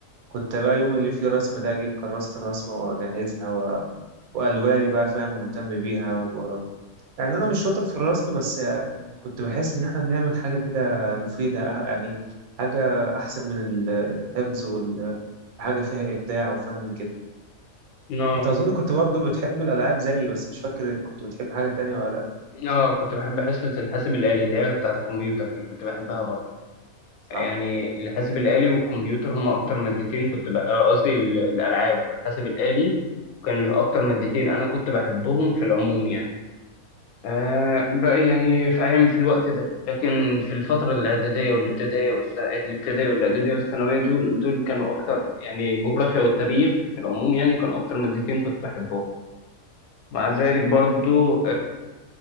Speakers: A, on the right; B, on the left.
A: وكنت بقى يوم اللي فيه رسم ده أجيب كراسة الرسمة وأجهزها و... وألواني بقى فاهم مهتم بيها و... يعني أنا مش شاطر في الرسم بس كنت بحس إن إحنا بنعمل حاجة كده مفيدة أه، يعني حاجة أحسن من ال- الحفظ وحاجة فيها إبداع وفن كده
B: امم
A: أنت أظن كنت برضو بتحب الألعاب زيي بس مش فاكر كنت بتحب حاجة تانية ولا لأ
B: اه كنت بحب حصة الحاسب الآلي اللي هي بتاعة الكمبيوتر دي كنت بحبها برضه
A: صح؟
B: يعني الحاسب الآلي والكمبيوتر هما أكتر مادتين كنت بقى قصدي ال- الألعاب والحاسب الآلي كانوا أكتر مادتين أنا كنت بحبهم في العموم يعني آه بقى يعني في أيام في الوقت ده لكن في الفترة الإعدادية والابتدائية والس... الابتدائية والإعدادية والثانوية دول دول كانوا أكتر يعني الجغرافيا والتاريخ في العموم يعني كانوا أكتر مادتين كنت بحبهم مع ذلك برضو